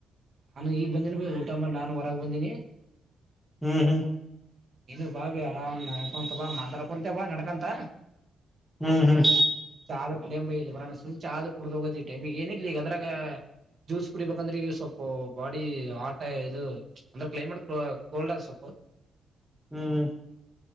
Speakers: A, on the right; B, in the centre.
A: ನಾನು ಈಗ ಬಂದೀನಿ ಬಯ ಊಟ ಮಾಡಿ ನಾನು ಹೊರಗ ಬಂದೀನಿ
B: ಹ್ಮ್ ಹ್ಮ್
A: ನೀನು ಬಾ ಬೆ ಆರಾಮ ನಡಕೊಂತ ಬಾ ಮಾತಾಡ್ಕೊಂತ ಬಾ ನಡ್ಕೊಂತ
B: ಹ್ಮ್ ಹ್ಮ್
A: ಚಾದ ಕುಡಿಯಂಬ ಇ ಬರೋ ಸುಮ್ ಚ ಆದ್ ಕುಡ್ದ ಹೋಗೋದ ಈ ಟಮ <unintelligible> ಈಗ ಏನಿಲ್ಲ ಈಗ ಅದ್ರಾಗ ಜ್ಯಸ್ ಕುಡಿಬೇಕಂದ್ರ ಈಗ ಸ್ವಲ್ಪ ಇ ಬಾಡಿ ಹಾಟ್ ಇದು ಅಂದ್ರೆ ಕ್ಲೈಮೇಟ್ ಕೋಲ್ಡ್ ಅದ ಸ್ವಲ್ಪು
B: ಹ್ಮ್